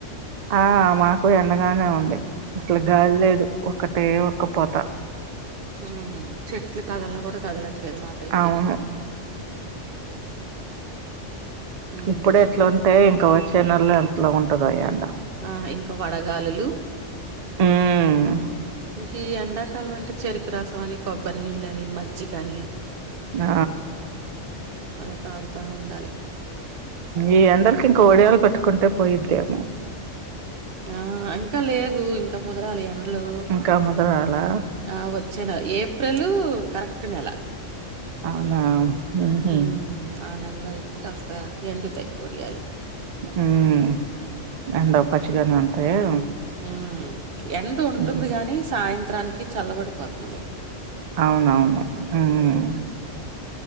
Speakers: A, on the right; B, on the right.
A: ఆ మాకు ఎండగానే ఉంది అసలు గాలి లేదు
B: ఉమ్
A: ఒక టే ఉక్కపోత
B: మ్ చెట్లు కదలను కూడా కదలట్లేదు మాకైతే
A: అవును
B: ఉమ్
A: ఇప్పుడే ఇట్లుంటే ఇంకా వచ్చే నెలలో ఎట్ల ఉంటదో ఎండ
B: ఆ ఇంకా వడగాలులు
A: ఉమ్
B: అ కి ఎండాకాలం అంటే చెరుకు రసం అని కొబ్బరి నీళ్ళని మజ్జిగాని
A: ఆ
B: అలా తాగుతా ఉండాలి
A: ఈ ఎండలకి ఇంకా ఒడియాలు పట్టుకుంటే పోయిద్దేమొ
B: ఆ ఇంకా లేదు ఇంకా ముదరాలి ఎం లు
A: ఇంకా ముదరాలా
B: ఆ వచ్చే నెల ఏప్రిల్ కరెక్ట్ నెల
A: అవునా ఉహు
B: హుమ్ ఆ నెళ్ళో అయితే కాస్త ఎండుతాయ్ ఓడియాలు
A: హుమ్ ఎండక్ పచ్చిగానే ఉంటాయా
B: ఉమ్ ఎండ ఉంటుంది
A: హ్మ్
B: గాని సాయంత్రానికి చల్లబడిపోతుంది
A: అవునవును హుమ్